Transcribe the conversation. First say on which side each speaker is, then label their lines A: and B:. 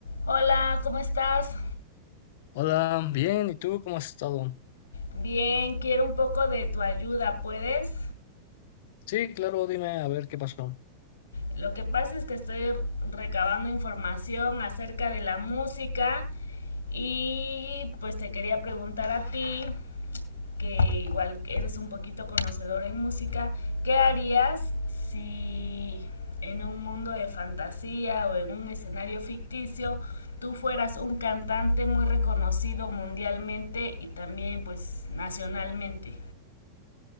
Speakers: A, on the left; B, on the left.
A: Hola, ¿cómo estás?
B: Hola, bien, ¿y tú cómo has estado?
A: Bien, quiero un poco de tu ayuda, ¿puedes?
B: Sí, claro, dime a ver qué pasó.
A: Lo que pasa es que estoy recabando información acerca de la música y pues te quería preguntar a ti, que igual eres un poquito conocedor en música, ¿qué harías si en un mundo de fantasía o en un escenario ficticio tú fueras un cantante muy reconocido mundialmente y también pues nacionalmente?